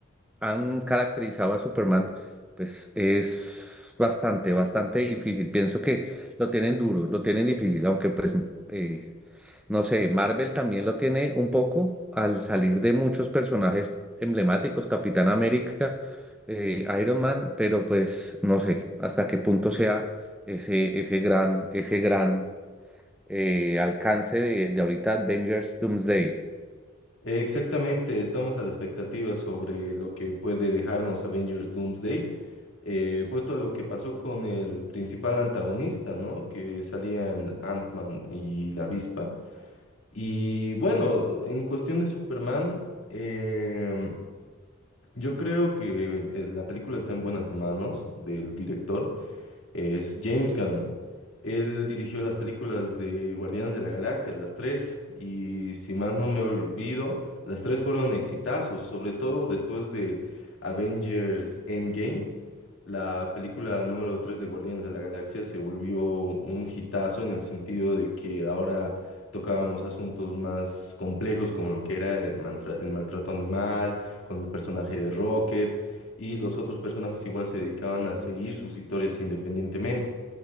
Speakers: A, in the centre; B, on the left.
A: han caracterizado a Superman, pues es bastante, bastante difícil. Pienso que lo tienen duro, lo tienen difícil, aunque pues eh, no sé, Marvel también lo tiene un poco al salir de muchos personajes emblemáticos, Capitán América, eh, Iron Man, pero pues no sé hasta qué punto sea ese, ese gran, ese gran eh, alcance de, de ahorita Avengers Doomsday.
B: Exactamente, estamos a la expectativa sobre lo que puede dejarnos Avengers Doomsday, eh, puesto a lo que pasó con el principal antagonista, ¿no? Que salían Ant-Man y la Avispa. Y bueno, en cuestión de Superman, em, yo creo que eh, la película está en buenas manos del director es James Gunn. Él dirigió las películas de Guardianes de la Galaxia, las tres, y si más no me olvido, las tres fueron exitazos, sobre todo después de Avengers Endgame. La película número 3 de Guardianes de la Galaxia se volvió un hitazo en el sentido de que ahora tocábamos asuntos más complejos como lo que era el, mantra- el maltrato animal, con el personaje de Rocket, y los otros personajes igual se dedicaban a seguir sus historias independientemente.